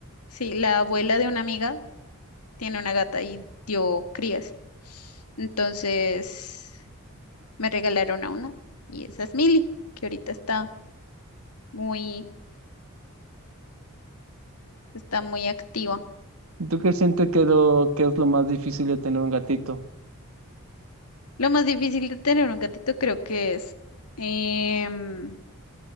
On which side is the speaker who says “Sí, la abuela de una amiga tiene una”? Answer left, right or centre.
Left